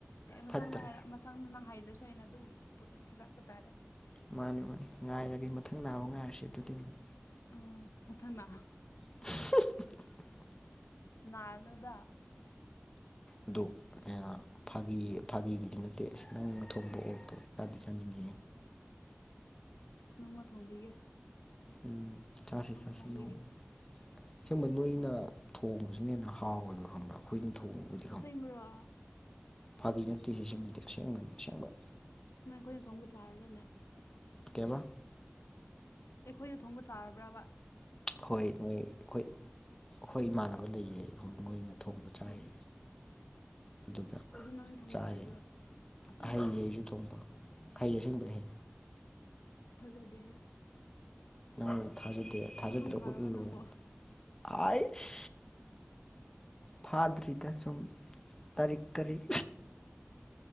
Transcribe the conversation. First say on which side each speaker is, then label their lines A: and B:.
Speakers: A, on the left; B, on the left.
A: ꯑꯦ ꯃꯊꯪꯗ
B: ꯐꯠꯇ꯭ꯔꯦ
A: ꯍꯥꯏꯔ ꯃꯊꯪꯗ ꯅꯪ ꯍꯥꯏꯗ꯭ꯔꯁꯨ ꯑꯩꯅ ꯑꯗꯨꯝ ꯄꯨꯔ ꯊꯤꯜꯂꯛꯄ ꯇꯥꯔꯦ
B: ꯃꯥꯅꯦ ꯃꯥꯅꯦ ꯉꯥꯏꯔꯒ ꯃꯊꯪ ꯅꯥꯕ ꯉꯥꯏꯔꯁꯦ ꯑꯗꯨꯗꯤ ꯑꯃꯨꯛ
A: ꯑꯣ ꯃꯊꯪꯅ
B: <unintelligible>
A: ꯅꯥꯔꯅꯨꯗ
B: ꯑꯗꯣ ꯐꯥꯒꯤ ꯐꯥꯒꯤꯕꯨꯗꯤ ꯅꯠꯇꯦ ꯑꯁ ꯅꯪꯅ ꯊꯣꯡꯕ ꯑꯣꯛꯇꯣ ꯆꯥꯗꯤ ꯆꯥꯅꯤꯉꯤ
A: ꯅꯣꯡꯃ ꯊꯣꯡꯝꯕꯤꯒꯦ
B: ꯎꯝ ꯆꯁꯦ ꯆꯁꯦ
A: ꯊꯣꯡꯕꯤꯒꯦ
B: ꯅꯣꯡꯃ ꯑꯁꯦꯡꯕ ꯅꯣꯏꯅ ꯊꯣꯡꯕꯁꯤꯅ ꯍꯦꯟꯅ ꯍꯥꯎꯋꯦꯕ ꯈꯪꯕ꯭ꯔꯥ ꯑꯩꯈꯣꯏꯅ ꯊꯣꯡꯉꯕꯨꯗꯤ
A: ꯑꯁꯦꯡꯕ꯭ꯔꯣ
B: ꯐꯥꯒꯤ ꯅꯠꯇꯦꯍꯦ ꯁꯤꯃꯗꯤ ꯑꯁꯦꯡꯕꯅꯤ ꯑꯁꯦꯡꯕ
A: ꯅꯪ ꯑꯩꯈꯣꯏꯅ ꯊꯣꯡꯕ ꯆꯥꯔꯕ꯭ꯔꯥꯅꯦ
B: ꯀꯩꯑꯕ
A: ꯑꯩꯈꯣꯏꯅ ꯊꯣꯡꯕ ꯆꯥꯔꯕ꯭ꯔꯥꯕ
B: ꯍꯣꯏ ꯅꯣꯏ ꯑꯩꯈꯣꯏ ꯈꯣꯏ ꯏꯃꯥꯟꯅꯕ ꯂꯩꯌꯦ ꯍꯣꯏ ꯃꯣꯏꯅ ꯊꯣꯡꯕ ꯆꯥꯏꯌꯦ
A: ꯑꯣ
B: ꯑꯗꯨꯗ
A: ꯑꯣ ꯑꯗꯨ ꯅꯪꯗꯤ ꯊꯣꯡꯕ
B: ꯆꯥꯌꯦ
A: ꯍꯥꯏꯕ꯭ꯔꯥ
B: ꯍꯩꯌꯦ
A: ꯑꯁꯦꯡꯕ
B: ꯑꯩꯩꯖꯨ
A: ꯍꯥꯏꯔꯛꯑꯣ
B: ꯊꯣꯡꯕ ꯍꯩ ꯑꯁꯦꯡꯕꯩ ꯍꯩ
A: ꯏꯁ ꯊꯥꯖꯥꯗꯦꯍꯦ
B: ꯅꯪ ꯊꯥꯖꯗꯦ ꯊꯥꯖꯗ꯭ꯔꯦ
A: ꯄꯥꯈꯪ ꯐꯥꯔꯕ
B: ꯎꯠꯂ ꯂꯣꯢꯔꯦ
A: ꯅꯪꯕꯣ
B: ꯑꯩꯁ ꯐꯥꯗ꯭ꯔꯤꯗ ꯁꯨꯝ ꯇꯔꯤꯛ ꯇꯔꯤꯛ